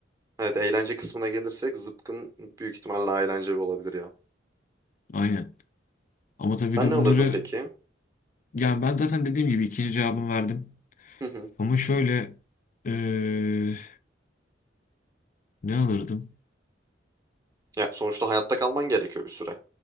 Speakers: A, on the right; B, on the left.
A: Evet eğlence kısmına gelirsek zıpkın büyük ihtimalle daha eğlenceli olabilir ya.
B: Aynen. Ama tabii
A: Sen
B: de
A: ne
B: bunları
A: alırdın peki?
B: yani ben zaten dediğim gibi ikinci cevabımı verdim.
A: Hı hı.
B: Ama şöyle eee, ne alırdım?
A: Ya sonuçta hayatta kalman gerekiyor bir süre.